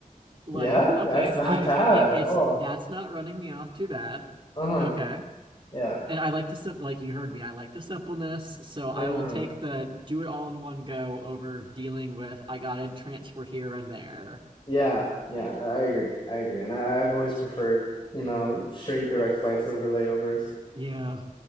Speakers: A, on the right (about 35°); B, on the left (about 35°).
A: like,
B: Yeah,
A: okay,
B: that's not
A: I
B: <laughs> bad
A: it,
B: at
A: it's
B: all.
A: that's not running me off too bad.
B: Uh-huh.
A: Okay.
B: Yeah.
A: And I like the simple, like you heard me, I like the simpleness. So I
B: Uh-huh.
A: will take the do it all in one go over dealing with I gotta transfer here and there.
B: Yeah. Yeah. I agree. I agree. And I, I've always preferred, you know, straight direct flights over layovers.
A: Yeah.